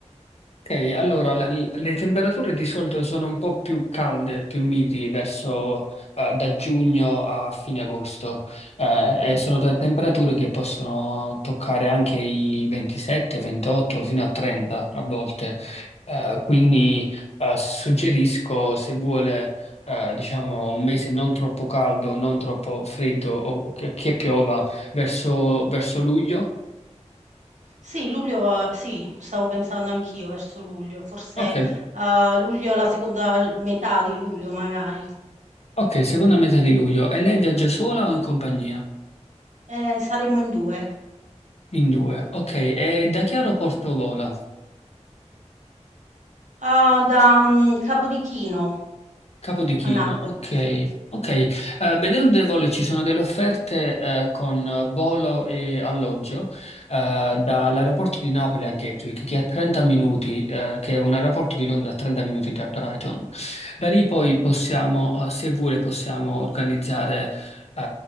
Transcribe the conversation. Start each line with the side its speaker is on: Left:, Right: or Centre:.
Left: Ok, allora le, le temperature di solito sono un po' più calde, più miti verso eh, da giugno a fine agosto Eh, e sono te- temperature che possono toccare anche i 27, 28 fino a 30 a volte. Eh, quindi eh, suggerisco se vuole eh, diciamo un mese non troppo caldo, non troppo freddo o o che, che piova verso verso luglio.
Right: Sì, luglio va sì, stavo pensando anch'io verso luglio, forse,
Left: Ok,
Right: uhm, luglio la seconda metà di luglio magari.
Left: Ok, seconda metà di luglio. E lei viaggia sola o in compagnia?
Right: Ehm, saremmo in 2.
Left: In due. Ok, e da che aeroporto vola?
Right: Uhm, da, mhmm, Capodichino
Left: Capo di Chino,
Right: a Napoli,
Left: ok.
Right: sì.
Left: Ok, Eh, vedendo dei voli ci sono delle offerte eh, con volo e alloggio eh, dall'aeroporto di Napoli a Gatwick, che è a 30 minuti, eh, che è un aeroporto di Londra a 30 minuti da Brighton. Da lì poi possiamo, eh, se vuole, possiamo organizzare eh,